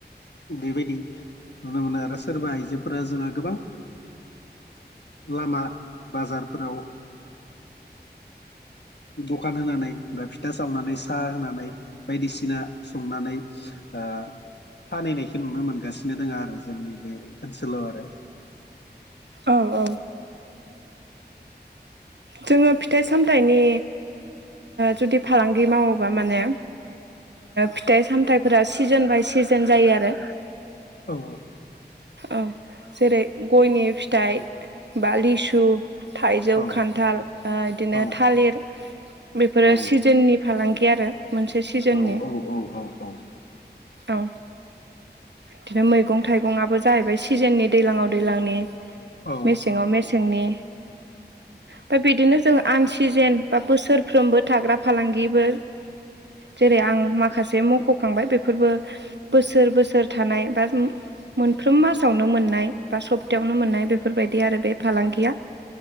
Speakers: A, on the left (about 75°); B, on the right (about 85°).
A: बेबायदि नुनो मोनो आरो सोरबा आइजोफोरा जोंहा गोबां लामा बाजारफोराव दखान होनानै बा फिथा सावनानै साहा होनानै बायदिसिना संनानै फानहोनायखौ नुनो मोनगासिनो दङ आरो जोंनि बे ओनसोलाव आरो
B: औ औ जोङो फिथाइ सामथायाइनि जुदि फालांगि मावोबा माने फिथाइ सामथाइफोरा सिजोन बाय सिजोन जायो आरो
A: औ औ
B: औ जेरै गयनि फिथाइ बा लिसु थाइजौ
A: औ
B: द खान्थाल बिदिनो
A: औ
B: थालिर बेफोरो
A: औ
B: सिजोननि फालांगि आरो मोनसे सिजोननि
A: औ औ औ औ औ
B: औ बिदिनो मैगं थाइगंआबो जाहैबाय सिजोननि दैलाङाव दैज्लांनि
A: औ
B: मेसेङाव मेसें सेंनि ओमफ्राय बिदिनो जों आन सिजेन बा बोसोरफ्रोमबो थाग्रा फालांगिबो जेरै आं माखासे मख'खांबाय बेफोरबो बोसोर बोसोर थानाय बा मोनफ्रोम मासावनो मोननाय बा सप्तायावनो मोननाय बेफोरबायदि आरो बे फालांगिया